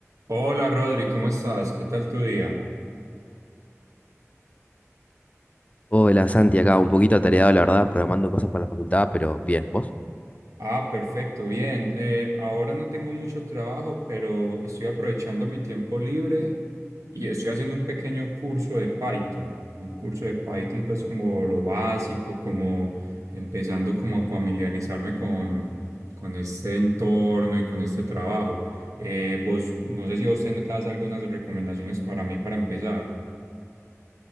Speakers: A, on the right; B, on the left.
A: Hola Rodri, ¿cómo estás? ¿Qué tal tu día?
B: Hola Santi, acá un poquito atareado, la verdad, programando cosas para la facultad, pero bien, ¿vos?
A: Ah, perfecto, bien. Eh, ahora no tengo mucho trabajo, pero estoy aprovechando mi tiempo libre y estoy haciendo un pequeño curso de Python. Un curso de Python pues como lo básico, como empezando como a familiarizarme con, con este entorno y con este trabajo. Eh, vos, no sé si vos tenés algunas recomendaciones para mí para empezar.